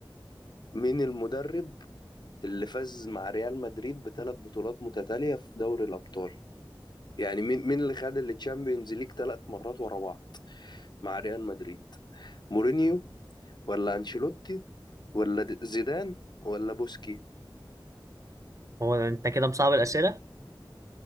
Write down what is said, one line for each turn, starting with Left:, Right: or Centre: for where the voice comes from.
Left: مين المدرب اللي فاز مع ريال مدريد بثلاث بطولات متتالية في دوري الأبطال يعني مين مين اللي خد التشامبيونز ليج ثلاث مرات ورا بعض مع ريال مدريد مورينيو ولا أنشيلوتي ولا د- زيدان ولا بوسكي
Right: هو أنت كده مصعب الأسئلة